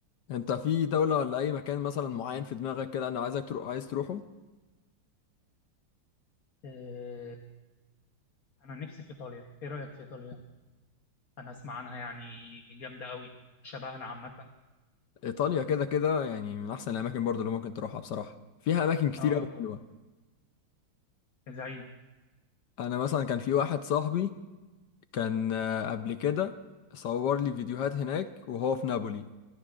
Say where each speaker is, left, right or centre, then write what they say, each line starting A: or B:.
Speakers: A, on the left; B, on the left.
A: أنت في دولة ولا أي مكان مثلا معين في دماغك كده أنا عايزك تروح عايز تروحه
B: آه، انا نفسي في ايطاليا ايه رايك في ايطاليا انا اسمع عنها يعني جامده قوي شبهنا عامه
A: إيطاليا كده كده يعني من أحسن الأماكن برضه اللي ممكن تروحها بصراحة فيها أماكن كتير
B: اه
A: أوي حلوة
B: زي
A: أنا مثلا كان في واحد صاحبي كان آه، قبل كده صور لي فيديوهات هناك وهو في نابولي